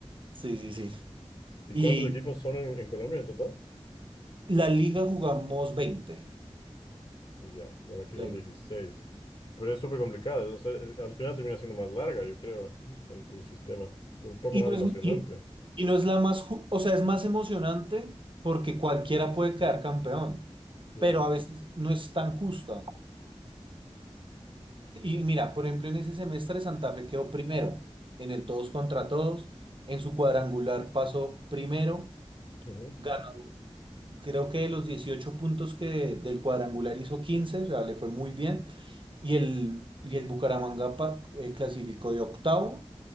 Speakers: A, on the right (about 50°); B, on the left (about 50°).
A: Sí, sí, sí.
B: ¿Y
A: Y
B: cuántos equipos son en, en Colombia en total?
A: la liga jugamos veinte
B: Ya, bueno, aquí
A: veinte
B: son dieciséis, Pero es súper complicado. o sea, es- al final termina siendo más larga, yo creo, en tu sistema. Y un poco
A: Y
B: más
A: no
B: emocionante,
A: es, y, y no es la más, ju- o sea, es más emocionante porque cualquiera puede quedar campeón,
B: claro.
A: pero a veces no es tan justa. Y mira, por ejemplo, en ese semestre Santa Fe quedó primero en el todos contra todos. En su cuadrangular pasó primero.
B: Ujú.
A: Ganó, creo que de los 18 puntos que del cuadrangular hizo 15, o sea, le fue muy bien. Y el, y el Bucaramanga pa- eh, clasificó de octavo